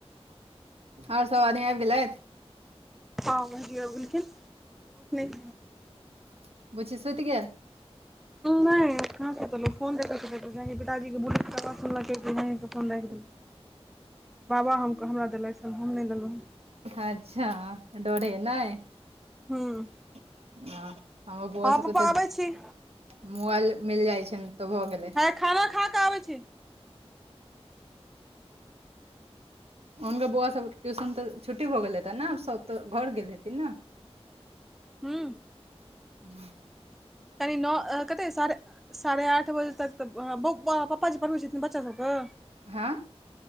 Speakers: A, on the right; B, in the centre.
A: <inaudible> और सब आदमी आइब गेलैथ
B: हँ भाईजी यो आबि गेलखिन <inaudible> नै
A: <inaudible> बुची सुत गैल <inaudible>
B: नै अखन कहाँ फोन देखय छलय पिताजी केँ बुलेट प आवाज़ सुनलकय त फोन रख देलकय।
A: <unintelligible>
B: बाबा हम कऽ हमरा देलासइ हम नै लेलौ हँ।
A: अच्छा डोरे नै
B: हँ
A: <inaudible> ह ओ बौआ
B: हँ
A: सब
B: पप्पा
A: कऽ तऽ
B: आबै छी
A: <inaudible> मोबाइल मिल जाय छै तऽ भए गेले।
B: है खाना खा कऽ आबै छी।
A: हुनकर बौआ सभ ट्यूशन तऽ छुट्टी भऽ गेल हेतैन न सभ तऽ घर गेल हेथिन न
B: हा।
A: ह।
B: कनि नओ। कते साढ़े साढ़े आठ बजे तक पप्पा जी पढ़बै छै। बच्चा सभ के।
A: हँ।